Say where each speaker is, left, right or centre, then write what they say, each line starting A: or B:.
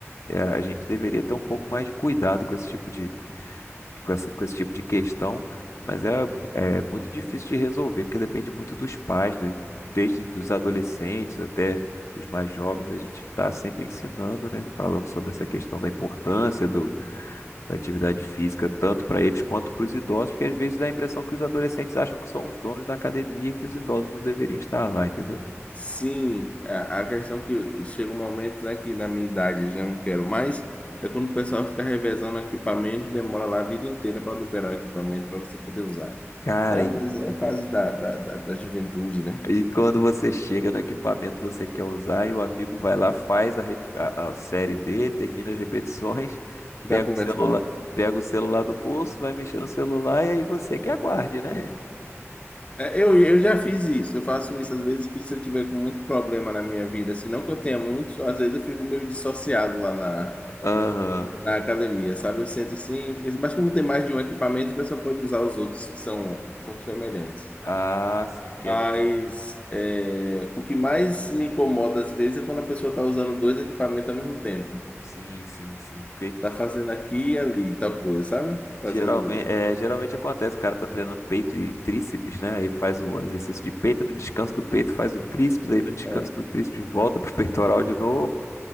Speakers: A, on the left; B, on the left.
A: é, a gente deveria ter um pouco mais de cuidado com esse tipo de, com essa, com esse tipo de questão, mas é, é muito difícil de resolver, porque depende muito dos pais, de- desde dos adolescentes até os mais jovens, a gente está sempre ensinando, né, falando sobre essa questão da importância do, da atividade física, tanto para eles quanto para os idosos, porque às vezes dá a impressão que os adolescentes acham que são os donos da academia e que os idosos não deveriam estar lá, entendeu?
B: Sim, a, a questão é que chega um momento, né, que na minha idade eu já não quero mais, é quando o pessoal fica revezando equipamento, demora lá a vida inteira para liberar o equipamento para você poder usar.
A: Cara,
B: Né?
A: e
B: Mas é fase da, da, da, da juventude, né?
A: E quando você chega no equipamento que você quer usar e o amigo vai lá, faz a, re- a- a série dele, termina as repetições, <laughs>
B: Vai
A: pega
B: conversar.
A: o celular, pega o celular do bolso, vai mexer no celular e aí você que aguarde, né?
B: É, eu, eu já fiz isso, eu faço isso às vezes que se eu tiver com muito problema na minha vida, se não que eu tenha muitos, às vezes eu fico meio dissociado lá na,
A: <laughs> Aham.
B: na academia, sabe? Eu sento assim, fico assim, mas como tem mais de um equipamento, o pessoal pode usar os outros que são, são semelhantes.
A: Ah, sim, porque
B: Mas
A: aqui.
B: é, o que mais me incomoda às vezes é quando a pessoa está usando dois equipamentos ao mesmo tempo.
A: Sim, sim, sim.
B: Está fazendo aqui e ali, tal coisa, sabe? Fazendo.
A: Geralmente, é, geralmente acontece, o cara tá treinando peito e tríceps, né? Aí faz o exercício de peito, no descanso do peito faz o tríceps, aí no descanso
B: É,
A: do tríceps volta pro peitoral de novo.